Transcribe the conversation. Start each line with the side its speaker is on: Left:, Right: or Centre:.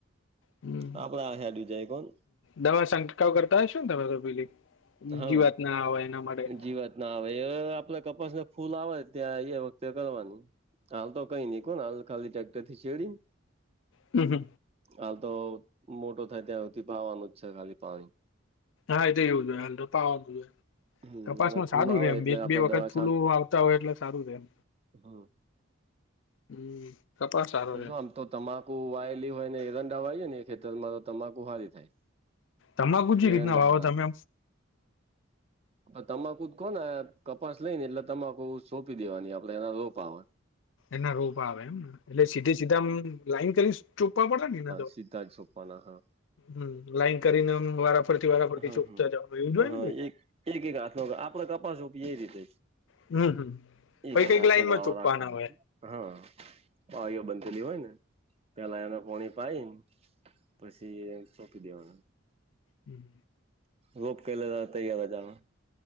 Left: હમ
Right: આપડડા <inaudible> જાય કોણ
Left: દવા સંંટકાવ કરતા હશો ને તમે તો પેલી
Right: હા
Left: જીવાત ના આવેય એના માટે
Right: જીવાત ના હવે એ આપડે કપાસ ને ફૂલ આવે ત્યાં એ વખતે કરવાની હાલ તો કઈ ન કોણ હાલ ખાલી ટક્ટર થી છેડી
Left: હમ.
Right: હાલ તો મોટો થાય ત્યાં સુધી પાવાનું જ છે, ખાલી પાણી
Left: હા એ તો એવું જ હોય અ તો પાવા
Right: હમ
Left: કપાસમાં
Right: અને ફૂલ
Left: સારું
Right: આવે
Left: રેમ
Right: એટલે
Left: એક
Right: આપડે
Left: બે વખત
Right: દવા
Left: ફૂલ આવતા હોય એટલે સારું રેમ
Right: હા
Left: હમ કપાસ સારો છે.
Right: જો આમ તો તમાકુ વાયેલી હોય ને એરંડા વાયે ને ખેતરમાં તો તમાકુ સારી થાય.
Left: તમાકુ ચી
Right: એરંડા
Left: રીતના વાવો
Right: હારા
Left: તમે?
Right: થાય. તમાકુ જ કહો ને કપાસ લઈને એટલે તમાકુ સોંપી દેવાની આપડે એના રોપામાં
Left: એના રોપા આવે એમને એટલે સીધે સીધા લાઈન કરી ચૂપવા પડે ને એ
Right: સીધાંત સોપાન હા
Left: હમ લાઈન કરીને વારાફર થી વારાફર થી
Right: હા
Left: ચોપતા
Right: હા.
Left: જવાનું એવું હોય
Right: હા
Left: ન
Right: એક એક એક આથ આપ કપાસપી રીતે
Left: હમ.
Right: એક
Left: પછ કઈક
Right: હાથનો
Left: લાઈનમાં
Right: ગાળો
Left: ચોપવાના
Right: રાખવાનો
Left: હોય
Right: હા બાઓ બંધલી હોય ને પેલા એને પોણી પાાય પછી સોંપી દેવાનું.
Left: હમ
Right: રોપ કે લ તૈયાર જાવા